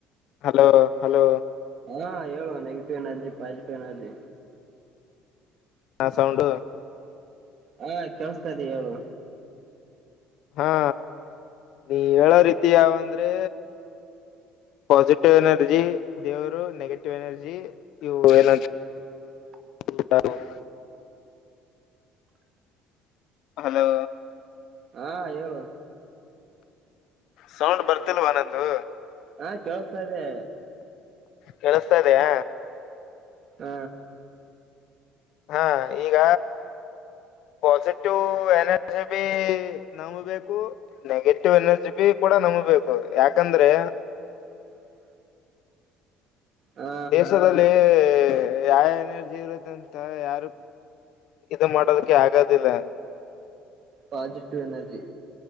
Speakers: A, on the left (about 60°); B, on the right (about 40°).
A: ಹಲೋ ಹಲೋ
B: ಹಾ ಹೇಳು ನೆಗೆಟಿವ್ ಎನರ್ಜಿ ಪಾಸಿಟಿವ್ ಎನರ್ಜಿ
A: ಹಾ ಸೌಂಡ
B: ಹಾ ಕೇಳಿಸ್ತಾ ಇದೆ ಹೇಳು
A: ಹಾ ನೀ ಹೇಳೋ ರೀತಿ ಯಾವಂದ್ರೆ ಪಾಸಿಟಿವ್ ಎನರ್ಜಿ ದೇವರು ನೆಗೆಟಿವ್ ಎನರ್ಜಿ ಇವು ಏನ ಅದು
B: <inaudible>
A: ಹ <unintelligible> ಹಲೋ
B: ಹಾ ಹೇಳು
A: ಸೌಂಡ್ ಬರ್ತಿಲ್ವಾನಂದು
B: ಹಾ ಕೇಳಸ್ತಾ ಇದೆ
A: ಕೆೇಳಸ್ತಾ ಇದೆಯಾ
B: ಹೂ
A: ಹಾ ಈಗ ಪಾಸಿಟಿವ್ ಎನರ್ಜಿ ಬಿ ನಮ್ಮ ಬೇಕು ನೆಗೆಟಿವ್ ಎನರ್ಜಿ ಬಿ ಕೂಡ ನಂಬಬೇಕು ಯಾಕಂದ್ರೆ
B: <inaudible> ಹಾ
A: ದೇಶದಲ್ಲಿ ಯಾ ಎನರ್ಜಿ ಇರುದ ಅಂತ ಯಾರು ಇದು ಮಾಡೋದಕ್ಕೆ ಆಗದಿಲ್ಲ
B: ಪಾಸಿಟಿವ್ ಎನರ್ಜಿ